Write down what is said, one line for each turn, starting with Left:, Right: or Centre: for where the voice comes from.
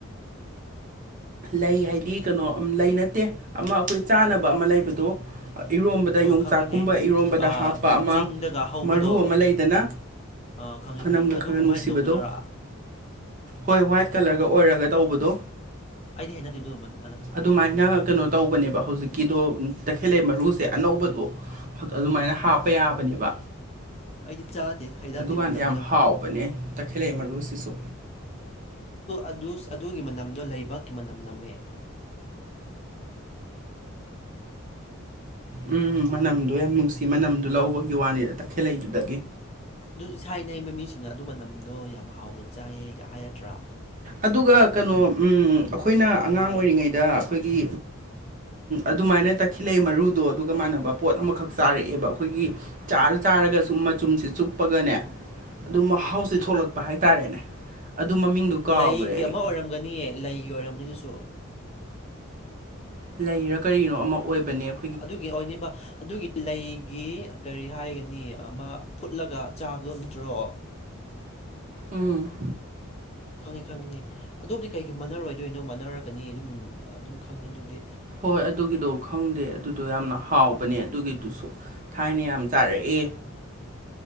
Right: ꯂꯩ ꯍꯥꯏꯗꯤ ꯀꯩꯅꯣ ꯂꯩ ꯅꯠꯇꯦ ꯑꯃ ꯑꯩꯈꯣꯏ ꯆꯥꯅꯕ ꯑꯃ ꯂꯩꯕꯗꯣ ꯏꯔꯣꯝꯕꯗ
Left: ꯑꯧ
Right: ꯌꯣꯡꯆꯥꯛꯀꯨꯝꯕ
Left: ꯈꯪꯉꯤꯅꯦ
Right: ꯏꯔꯣꯝꯕꯗ
Left: ꯑꯥ
Right: ꯍꯥꯞꯄ ꯑꯃ
Left: ꯆꯤꯡꯗꯒ ꯍꯧꯕꯗꯣ
Right: ꯃꯔꯨ ꯑꯃ ꯂꯩꯗꯅ
Left: ꯑꯥ ꯈꯪꯉꯤ
Right: ꯃꯅꯝꯒ
Left: ꯈꯪꯉꯤ
Right: ꯈꯔ
Left: ꯑꯗꯨꯒꯨꯝꯍꯥꯏꯅ
Right: ꯅꯨꯡꯁꯤꯕꯗꯣ
Left: ꯇꯧꯕꯗꯔꯥ
Right: ꯍꯣꯏ ꯋꯥ꯭ꯏꯠ ꯀꯂꯔꯒ ꯑꯣꯏꯔꯒ ꯇꯧꯕꯗꯣ
Left: ꯑꯩꯗꯤ ꯍꯅ ꯑꯗꯨ ꯃ
Right: ꯑꯗꯨꯃꯥꯏꯅ ꯀꯩꯅꯣ ꯇꯧꯕꯅꯦꯕ ꯍꯧꯖꯤꯛꯀꯤꯗꯣ ꯇꯈꯦꯜꯂ ꯃꯔꯨꯁꯦ ꯑꯅꯧꯕꯗꯣ ꯑꯗꯨꯃꯥꯏꯅ ꯍꯥꯞꯄ ꯌꯥꯕꯅꯦꯕ
Left: ꯑꯩꯗꯤ ꯆꯥꯗꯦ ꯍꯩꯅꯗꯦ
Right: ꯑꯗꯨꯀꯥꯟꯗ
Left: ꯃꯅꯝꯗꯣ
Right: ꯌꯥꯝ ꯍꯥꯎꯕꯅꯦ ꯇꯈꯦꯜꯂꯩ ꯃꯔꯨꯁꯤꯁꯨ
Left: ꯑꯗꯨ ꯑꯗꯨꯒꯤ ꯃꯅꯝꯗꯣ ꯂꯩꯕꯥꯛꯀꯤ ꯃꯅꯝ ꯅꯝꯃꯦ
Right: ꯎꯝ ꯃꯅꯝꯗꯣ ꯌꯥꯝ ꯅꯨꯡꯁꯤ ꯃꯅꯝꯗꯣ ꯂꯧꯕꯒꯤ ꯋꯥꯅꯤꯗ ꯇꯈꯦꯜꯂꯩꯗꯨꯗꯒꯤ
Left: ꯑꯗꯨ ꯏꯁꯥꯏꯅꯩꯕ ꯃꯤꯁꯤꯡꯅ ꯑꯗꯨ ꯃꯅꯝꯗꯣ ꯌꯥꯝ ꯍꯥꯎꯅ ꯆꯥꯏꯌꯦ ꯍꯥꯏꯒꯠꯇ꯭ꯔꯥ
Right: ꯑꯗꯨꯒ ꯀꯩꯅꯣ ꯑꯩꯈꯣꯏꯅ ꯑꯉꯥꯡ
Left: ꯋꯥꯏꯌꯦ
Right: ꯑꯣꯏꯔꯤꯉꯩꯗ ꯑꯩꯈꯣꯏꯒꯤ ꯑꯗꯨꯃꯥꯏꯅ ꯇꯛꯈꯤꯂꯛꯑꯦ ꯃꯔꯨꯗꯣ ꯑꯗꯨꯒ ꯃꯥꯟꯅꯕ ꯄꯣꯠ ꯑꯃꯈꯛ ꯆꯥꯔꯛꯑꯦꯕ ꯑꯩꯈꯣꯏꯒꯤ ꯆꯥꯔ ꯆꯥꯔꯒ ꯁꯨꯝ ꯃꯆꯨꯝꯁꯤ ꯆꯨꯞꯄꯒꯅꯦ ꯑꯗꯨꯝ ꯃꯍꯥꯎꯁꯦ ꯊꯣꯛꯂꯛꯄ ꯍꯥꯏꯇꯥꯥꯔꯦꯅꯦ ꯑꯗꯨ ꯃꯃꯤꯡꯗꯨ ꯀꯥꯎꯈ꯭ꯔꯦ
Left: ꯂꯩꯒꯤ
Right: ꯑꯩ
Left: ꯑꯃ ꯑꯣꯏꯔꯝꯒꯅꯤꯌꯦ ꯂꯩꯒꯤ ꯑꯣꯏꯔꯝꯅꯤꯗꯨꯁꯨ
Right: ꯂꯩꯔ ꯀꯔꯤꯅꯣ ꯑꯃ ꯑꯣꯏꯕꯅꯦꯕ
Left: ꯑꯗꯨꯒꯤ ꯑꯣꯏꯕ ꯑꯗꯨꯒꯤ ꯂꯩꯒꯤ ꯀꯔꯤ ꯍꯥꯏꯒꯅꯤ ꯑꯃ ꯐꯨꯠꯂꯒ ꯆꯥꯕꯗꯣ ꯅꯠꯇ꯭ꯔꯣ
Right: ꯎꯝ
Left: ꯈꯪꯉꯤ ꯈꯪꯉꯤꯅꯤ ꯑꯗꯨꯕꯨꯗꯤ ꯀꯩꯒꯤ ꯃꯥꯟꯅꯔꯣꯏꯗꯣꯏꯅꯣ ꯃꯥꯟꯅꯔꯛꯀꯅꯤ ꯑꯗꯨꯝ ꯑꯗꯨꯝ ꯈꯪꯉꯤ ꯑꯗꯨꯗꯤ
Right: ꯍꯣꯏ ꯑꯗꯨꯒꯤꯗꯣ ꯈꯪꯗꯦ ꯑꯗꯨꯗꯣ ꯌꯥꯝꯅ ꯍꯥꯎꯕꯅꯦ ꯑꯗꯨꯒꯤꯗꯨꯁꯨ ꯊꯥꯏꯅ ꯌꯥꯝ ꯆꯥꯔꯛꯑꯦ